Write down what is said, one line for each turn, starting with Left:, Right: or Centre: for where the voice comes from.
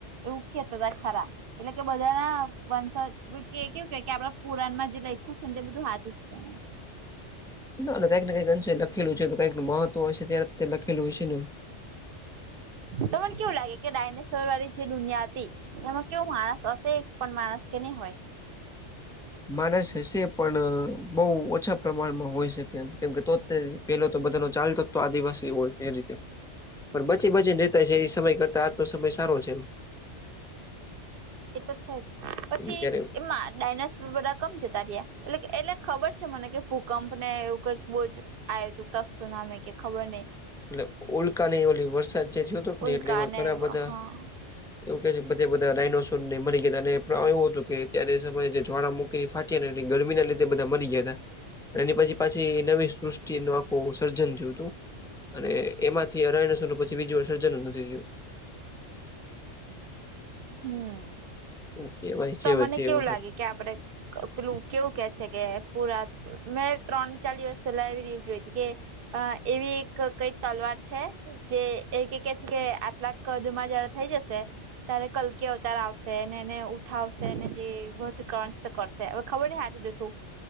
Right: એવું કેતા તા ખરા એટલે કે બધા ના વંશ કે કેવું કે કે આપડા પુરાણમાં જે લખું છે ને તે બધું હાચુ અા <inaudible>
Centre: ના કંઈક ને કંઈક અંશે લખેલું છે તો કંઈક એનુ મહત્વ હશે ત્યારે લખેલું હશે ને એમ.
Right: તમને કેવું લાગે કે ડાયનેસોર વાળી જે દુનિયા હતી એમાં કેવું માણસ હશે એકપણ માણસ કે નહીં હોય?
Centre: માણસ હશે પણ બઉ ઓછા પ્રમાણમાં હોય શકે એમ કેમ કે તો પેલો તો બધા નો ચાલતો તો આદિવાસી હોય એ રીતે પણ બચી બચીને રેતા હશે એ સમય કરતા આજનો સમય સારો છે એમ
Right: એ તો છે જ પછી
Centre: ત્યારે
Right: એમાં ડાયનાસોર બધા કબ જતા રહ્યા એટલે એટલે ખબર છે મને કે ભૂકંપ ને એવું કંઈક બોજ આયો તો ત્સુનામી કે ખબર નઈ.
Centre: એટલે ઉલ્કાની એ ઓલી વરસાદ જે થયો હતો કે ને
Right: ઉલ્કા
Centre: એટલે એમાં ઘણા
Right: એવા.
Centre: બધા
Right: હા
Centre: એવું કે છે બધે બધા ડાયનોસોર ને મરી ગયા અને એવું ફલાવો એવો હતો કે અત્યારે સમય જે જ્વાળામુખ કઈ ફાટી એની ગરમી ના લીધે બધા મરી ગયા હતા. એની પછી પાછી નવી સૃષ્ટિ નુ આખું સર્જન થિવ તું. અને એમાંથી ડાયનાસોર નુ પછી બીજી વાર સર્જન નથી થયું
Right: હમ,
Centre: થયું એવું કેવાય છે
Right: તમને
Centre: વચ્ચે
Right: કેવું
Centre: એવું સર
Right: લાગે કે આપડે ક પેલું કેવું કે છે કે પુરા મેં ત્રણ- ચાર દિવસ પેલ્લા એવી રીલ જોઈ તી કે અ એવી એક કઈ તલવાર છે. જે એ કે કે છે કે, આટલા કદમાં જ્યારે થઈ જશે ત્યારે કલ્કિ અવતાર આવશે ને એને ઉઠાવશે ને, જે વધ કણંચ કરશે. ખબર નઈ, હાચું જૂથું.